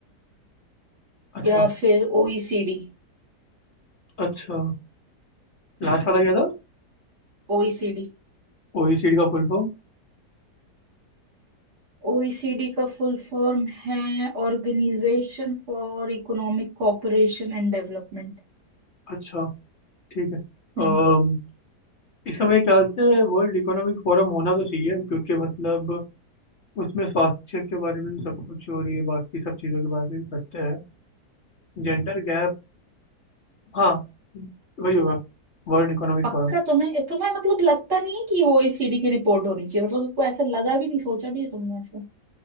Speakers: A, on the left (about 50°); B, on the right (about 50°).
A: अच्छा
B: या फिर ओईसीडी
A: अच्छा लास्ट
B: हम्म
A: वाला क्या था
B: ओईसीडी
A: ओईसीडी का फुल फॉर्म
B: ओईसीडी का फुल फॉर्म है organisation for economic cooperation and development
A: अच्छा ठीक है अम,
B: हम्म
A: इसका मेरे ख्याल से वर्ल्ड इकोनॉमिक फोरम होना तो चाहिए क्योंकि मतलब उसमें स्वास्थ्य के बारे में भी सब कुछ हो रही है बाकी सब चीज़ों के बारे में भी करते हैं जेंडर गैप हाँ वही होगा वर्ल्ड इकोनॉमिक
B: पक्का
A: फोरम
B: तुम्हें तुम्हें मतलब लगता नहीं है कि ओईसीडी की रिपोर्ट होनी चाहिए मतलब तुमको ऐसा लगा भी नहीं सोचा भी है तुमने ऐसा